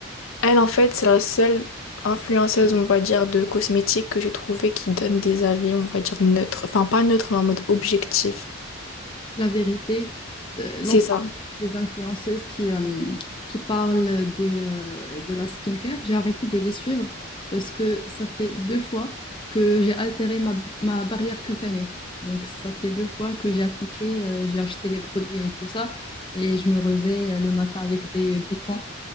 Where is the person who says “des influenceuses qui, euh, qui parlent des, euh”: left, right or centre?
Left